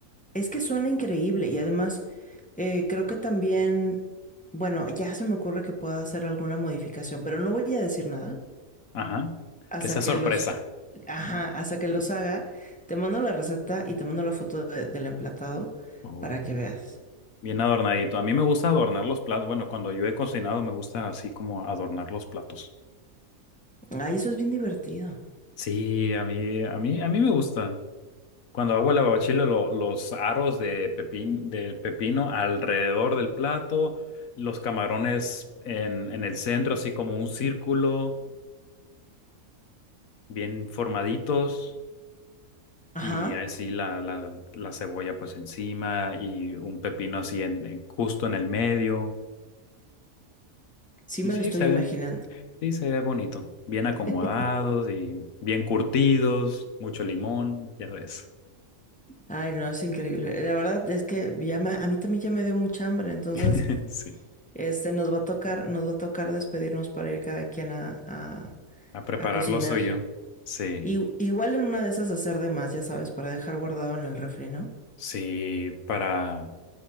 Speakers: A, in the centre; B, on the left.
A: Es que suena increíble y además eh, creo que también, bueno, ya se me ocurre que pueda hacer alguna modificación, pero no voy a decir nada
B: Ajá,
A: hasta
B: que sea
A: que
B: sorpresa.
A: los, ajá, hasta que los haga. Te mando la receta y te mando la foto de- del emplatado
B: Uy.
A: para que veas.
B: Bien adornadito. A mí me gusta adornar los platos. Bueno, cuando yo he cocinado me gusta así como adornar los platos.
A: Ay, eso es bien divertido.
B: Sí, a mí, a mí, a mí me gusta. Cuando hago el aguachile, lo- los aros de pepin- del pepino alrededor del plato, los camarones en, en el centro, así como un círculo, bien formaditos,
A: Ajá,
B: y así la, la- la cebolla pues encima y un pepino así en, en- justo en el medio.
A: sí
B: Y
A: me
B: sí,
A: lo estoy
B: se
A: imaginando.
B: ve, sí se ve bonito, bien acomodados
A: <laughs>
B: y bien curtidos, mucho limón, ya ves.
A: Ay, no, es increíble. La verdad es que ya me- a mí también ya me dio mucha hambre, entonces,
B: <laughs> Sí,
A: este, nos va a tocar, nos va a tocar despedirnos para ir cada quien a, a-
B: a prepararlo
A: a cocinar.
B: soy yo. Sí.
A: Y, igual en una de esas hacer de más, ya sabes, para dejar guardado en el refri, ¿no?
B: Sí, para,